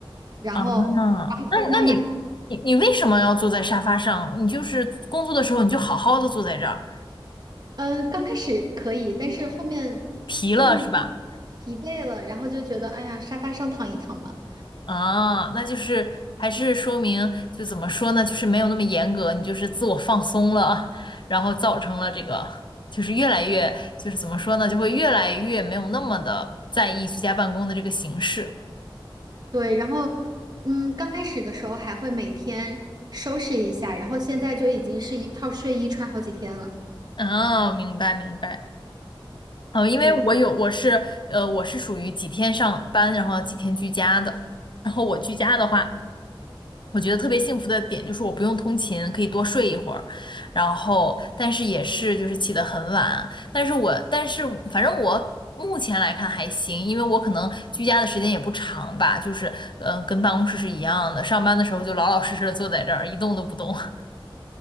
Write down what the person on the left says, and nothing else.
嗯，那那那你你你为什么要坐在沙发上？你就是工作的时候你就好好的坐在这儿，
疲了是吧？
啊，那就是还是说明，就怎么说呢，就是没有那么严格，你就是自我放松了啊，然后造成了这个，就是越来越，就是怎么说呢，就会越来越没有那么的在意居家办公的这个形式。
啊，明白明白。哦，因为我有，
我是呃，我是属于几天上班，然后几天居家的。然后我居家的话，我觉得特别幸福的点就是我不用通勤，可以多睡一会儿，然后但是也是就是起得很晚，但是我但是反正我目前来看还行，因为我可能居家的时间也不长吧，就是嗯跟办公室是一样的，上班的时候就老老实实的坐在这儿一动都不动。<laughs>